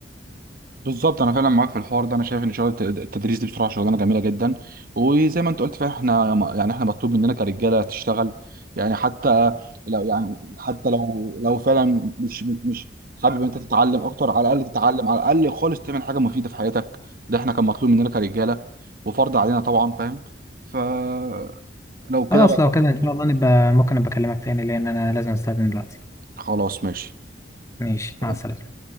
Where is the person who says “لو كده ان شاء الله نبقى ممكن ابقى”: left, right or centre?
Left